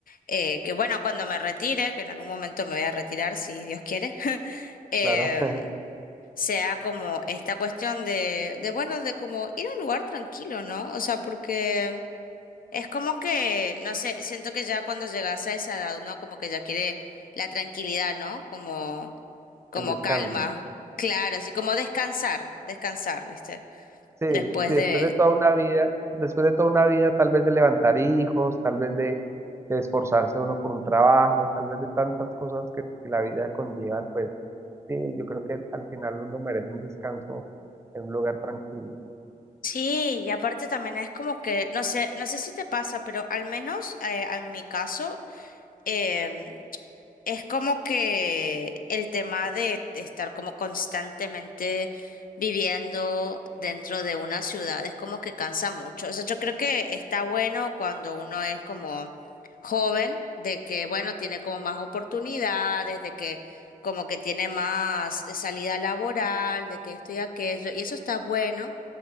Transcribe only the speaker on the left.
eh, que bueno, cuando me retire, que en algún momento me voy a retirar si Dios quiere. <laughs> em,
sea como esta cuestión de, de, bueno, de como ir a un lugar tranquilo, ¿no? O sea, porque es como que, no sé, siento que ya cuando llegas a esa edad, ¿no? Como que ya quiere la tranquilidad, ¿no? Como, como
calma, claro, así como descansar, descansar, ¿viste?
Después
de...
Sí, y aparte también es como que, no sé, no sé si te pasa, pero al menos eh, en mi caso, em, Es como que el tema de estar como constantemente viviendo dentro de una ciudad es como que cansa mucho. O sea, yo creo que está bueno cuando uno es como joven, de que, bueno, tiene como más oportunidades, de que como que tiene más eh, salida laboral, de que esto y aquello, y eso está bueno,